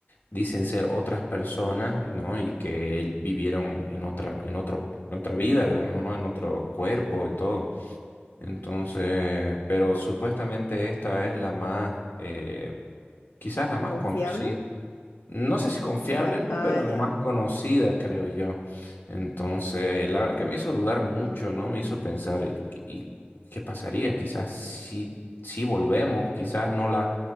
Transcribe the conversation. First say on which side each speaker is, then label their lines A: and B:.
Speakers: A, on the left; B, on the left.
A: dicen ser otras personas, ¿no? Y que él vivieron en otra, en otro, en otra vida, digamos, ¿no? En otro cuerpo y todo. Entonces, pero supuestamente esta es la más, eh, quizás la más
B: ¿Confiable?
A: conocida. No sé si confiable,
B: Ya,
A: ¿no?
B: ah,
A: Pero la
B: ya.
A: más conocida, creo yo. Entonces, la verdad que me hizo dudar mucho, ¿no? Me hizo pensar, ¿y, y qué pasaría? Quizás sí, sí volvemos, quizás no la,